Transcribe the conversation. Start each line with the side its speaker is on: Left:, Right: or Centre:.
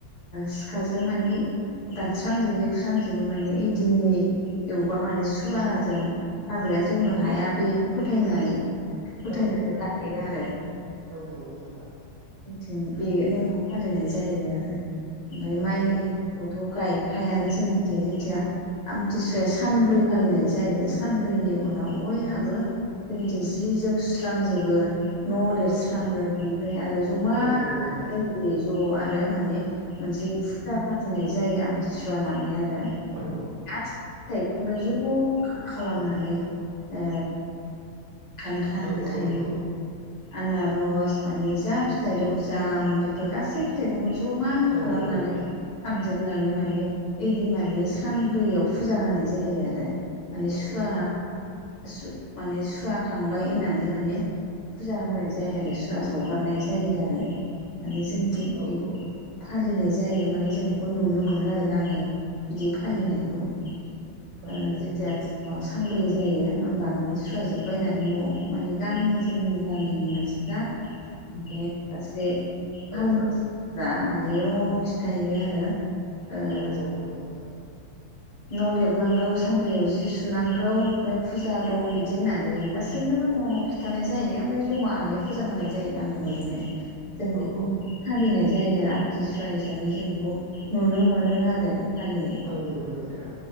Left: सिखाराजों माने दानस्रांजोबो एवस्रांजोबो माने ओइ दिननि एवबा माने सुवाजों हाग्राया जौनो हाया बेखौ फोथायनाय फोथायनानै
Right: औ औ
Left: लायो आरो
Right: औ नंगौ नोंथां
Left: थिं बे नेमखौ फालिनाय जायो आरो ओमफ्राय
Right: औ
Left: माइ
Right: औ
Left: बोथ' गायखायानो जोंनिफ्राय जेथिया आमथिसुवाया सानब्रै फालिनाय जायो सानब्रैनि उनाव बयहाबो जेनाखि जि जोम सुस्रांजोबो न' लिरस्राङो
Right: औ औ
Left: बिनिफ्राय आरो जमा
Right: औ नंगौ नोंथां
Left: राइजोयै ज' आरो माने मोनसे फुजा फाथिनाय जायो आमथिसुवा नामै आ रो
Right: औ
Left: दा फिथाइखौनो ज' खौ खालामनानै ओ खान्थाल
Right: औ औ
Left: थाइ
Right: नंगौ
Left: आनारस मानि जा फिथाइ दं जाम बेफोर गासै फिथाइखौ बो ज'मा
Right: औ
Left: खालामनानै
Right: नंगौ नोंथां
Left: हाबजोबनानै माने ओइदिन माने सानब्रैयाव फुजा होनाय जायो आरो। माने सुवा
Right: औ
Left: सु माने सुवा थांबाय होननानै माने फुजा होनाय जाया आरो सुवा सावगारनाय जायो आरो माने जोंथिं
Right: औ
Left: इ
Right: औ
Left: फालिनाय जायो माने जों बेखौ नुनो मोनो आरो गामियाव बिदि फालिनायखौ
Right: औ
Left: ओ
Right: नंगौ
Left: जिथिया
Right: नोंथां
Left: अ सानब्रै जायो होमबा माने सुवाजोबबायनानै न' माने गामिनि जोंनि गामिनि मानसि <inaudible>
Right: औ
Left: फ्रा माने न' न' खिथायो आरो। ओ
Right: औ औ नंगौ नोंथां।
Left: न' लिरनांगौ सानब्रैयाव जि सुनांगौ ओमफ्राय फुजा दं बिदि होननानै गासैनोबो न' न' खिन्थानाय जायो ओमफ्राय जमाहै फुजा होनाय जायो गामि हलैनो। जों
Right: औ
Left: बेखौ
Right: औ
Left: फालिनाय जायो आमतिसुवा हिसाबै जों बेखौ नुनो मोनो आरो। फालिनायखौ
Right: औ नंगौ नोंथां।